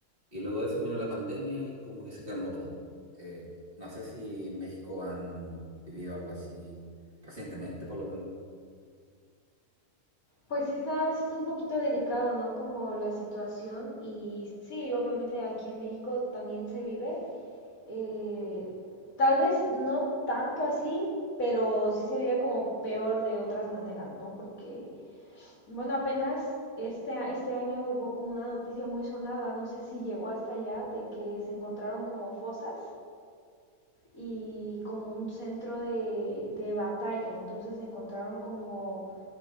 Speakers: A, on the right; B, on the left.
A: Y luego de eso vino la pandemia y como que se calmó todo. Eh, no sé si en México han vivido algo así recientemente, por lo menos.
B: Pues sí está, sí está un poquito delicado, ¿no? Como la situación y sí, obviamente aquí en México también se vive. eh, tal vez no tanto así, pero sí se vive como peor de otras maneras, ¿no? Porque, bueno, apenas este, a- este año hubo como una noticia muy sonada, no sé si llegó hasta allá, de que se encontraron como fosas y como un centro de, de batalla. Entonces encontraron como